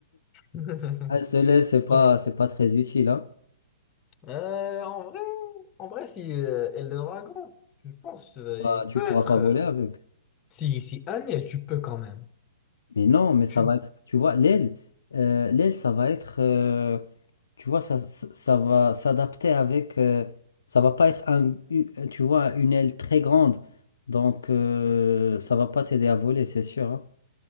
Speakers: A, on the left (about 25°); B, on the left (about 80°).
A: <laughs>
B: <laughs> Un seul aile, c'est pas,
A: Ok.
B: c'est pas très utile, hein.
A: Euh, en vrai, en vrai, si euh, Eldragon, je pense euh,
B: Bah,
A: il peut
B: tu pourras
A: être.
B: pas voler
A: euh,
B: avec.
A: si si Aniel, tu peux quand même.
B: Mais non, mais ça
A: Tu,
B: va être, tu vois, l'aile, euh, l'aile, ça va être, euh, tu vois, ça, ça, ça va s'adapter avec, euh, ça va pas être un, u- tu vois, une aile très grande, donc euh, ça va pas t'aider à voler, c'est sûr, hein.